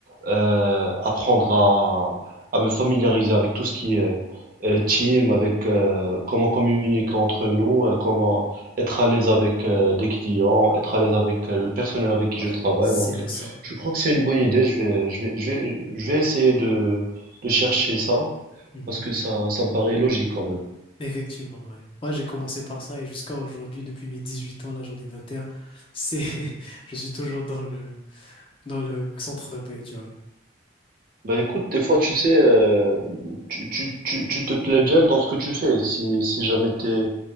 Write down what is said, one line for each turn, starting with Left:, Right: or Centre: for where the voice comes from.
Right: euh, apprendre à, à me familiariser avec tout ce qui est euh, euh, team, avec euh, comment communiquer entre nous, euh, comment être à l'aise avec euh, des clients, être à l'aise avec euh, le personnel avec qui
Left: Ouais,
Right: je travaille.
Left: c'est
Right: Donc,
Left: bien
Right: euh,
Left: ça.
Right: je crois que c'est une bonne idée. Je vais, je vais, je vais, je vais essayer de, de chercher ça
Left: Mhm.
Right: parce que ça, ça me paraît logique quand même.
Left: Effectivement, ouais. Moi, j'ai commencé par ça et jusqu'à aujourd'hui, depuis mes dix huit ans, là, j'en ai 21 c'est, <laughs> je suis toujours dans le, dans le centre d'appel, tu vois.
Right: Bah écoute, des fois tu sais, euh, tu, tu, tu, tu te plais bien dans ce que tu fais. Si, si jamais t'es,